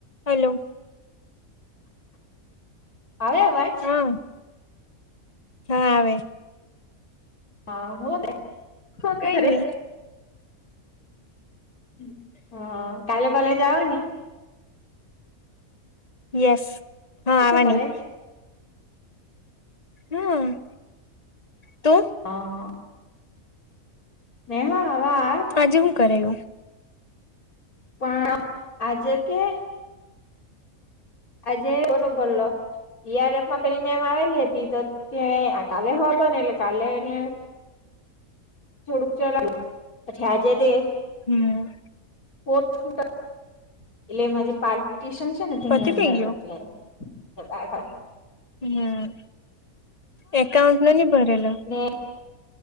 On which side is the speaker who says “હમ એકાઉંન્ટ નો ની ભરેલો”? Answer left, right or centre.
Left